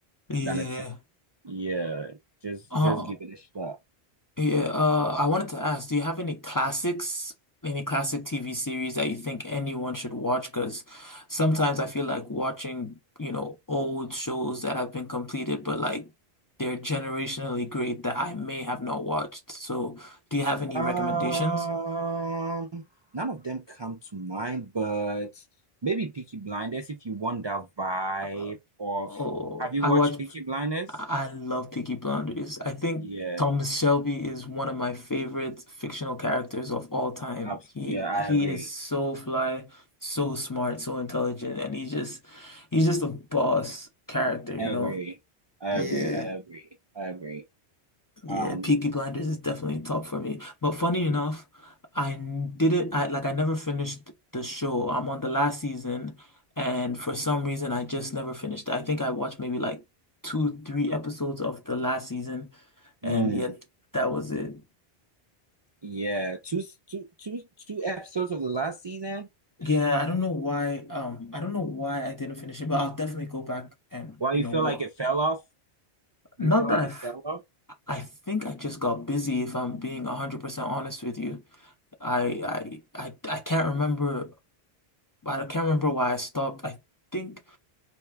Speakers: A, on the left; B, on the right.
A: Yeah.
B: than a 10. Yeah, just
A: Uh,
B: just give it a shot.
A: Yeah, uh, I wanted to ask, do you have any classics, any classic TV series that you think anyone should watch? Because sometimes I feel like watching, you know, old shows that have been completed, but like they're generationally great that I may have not watched. So, do you have any
B: Um,
A: recommendations?
B: none of them come to mind, but maybe Peaky Blinders if you want that vibe
A: Uh,
B: of
A: oh,
B: have you
A: I
B: watched
A: watch.
B: Peaky Blinders?
A: I love Peaky Blinders. I think
B: Yeah,
A: Thomas Shelby is one of my favorite fictional characters of all time.
B: abs
A: He
B: yeah, I
A: he
B: agree.
A: is so fly, so smart, so intelligent, and he just he's just a boss character, you
B: I
A: know.
B: agree. I
A: Yeah.
B: agree. I agree. I agree.
A: Yeah,
B: Um,
A: Peaky Blinders is definitely top for me. But funny enough, I n- did it. I like I never finished the show. I'm on the last season, and for some reason, I just never finished. it. I think I watched maybe like two, three episodes of the last season, and
B: mm,
A: yet that was it.
B: yeah, two two two two episodes of the last season.
A: Yeah, I don't know why. Um, I don't know why I didn't finish it, but I'll definitely go back and
B: Why
A: you
B: you
A: know
B: feel
A: what?
B: like it fell off?
A: Not
B: Do you feel like
A: that I've.
B: it fell off?
A: I think I just got busy, if I'm being 100% honest with you. I I I I can't remember I can't remember why I stopped. I think,